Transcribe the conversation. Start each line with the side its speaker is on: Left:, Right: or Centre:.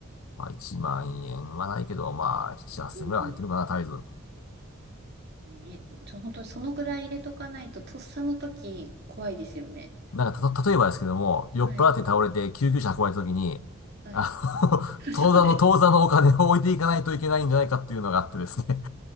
Left: まあ、1万円はないけど、まあ、7、8千円ぐらいは入ってるかな、
Right: うんうん
Left: 絶えず。
Right: ね、ちょ、本当にそのぐらい入れとかないと、とっさの時怖いですよね。
Left: なんか、たと、例えばですけども、酔っ払って倒れて救急車運ばれた時に、
Right: はい。はい。
Left: あの、
Right: <laughs>
Left: <laughs> 当座の当座のお金を置いていかないといけないんじゃないかっていうのがあってですね。
Right: そうです。